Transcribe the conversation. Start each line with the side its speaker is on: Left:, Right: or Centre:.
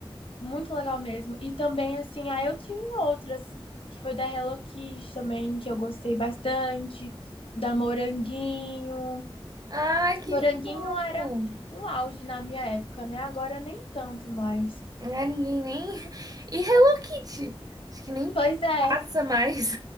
Left: Muito legal mesmo. E também, assim, aí eu tive outras, que foi da Hello Kitty também, que eu gostei bastante, da Moranguinho.
Right: Ai, que
Left: Moranguinho
Right: fofo!
Left: era um auge na minha época, né? Agora nem tanto mais.
Right: Ai, ninguém nem. <laughs> E Hello Kitty? Acho que nem
Left: Pois é.
Right: passa mais.